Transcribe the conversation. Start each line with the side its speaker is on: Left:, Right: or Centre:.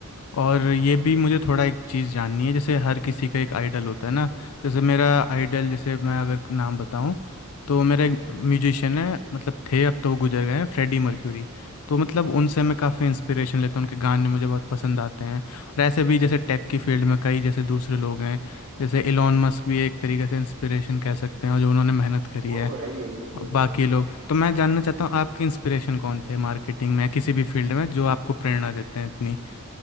Left: और ये भी मुझे थोड़ा एक चीज़ जाननी है जैसे हर किसी का एक आइडल होता है ना जैसे मेरा आइडल जैसे मैं अगर नाम बताऊं तो मेरा एक म्यूजिशियन है मतलब थे अब तो वो गुजर गए हैं फ्रेडी मर्क्यूरी तो मतलब उनसे मैं काफ़ी इंस्पिरेशन लेता हूँ उनके गाने मुझे बहुत पसंद आते हैं और ऐसे भी जैसे टेक की फील्ड में कई जैसे दूसरे लोग हैं जैसे इलॉन मस्क भी एक तरीके से इंस्पिरेशन कह सकते हैं और जो उन्होंने मेहनत करी
Right: वो
Left: है
Right: तो है ही है इंस्पिरेशन
Left: और बाकी लोग तो मैं जानना चाहता हूँ आपकी इंस्पिरेशन कौन थे मार्केटिंग में या किसी भी फील्ड में जो आपको प्रेरणा देते हैं इतनी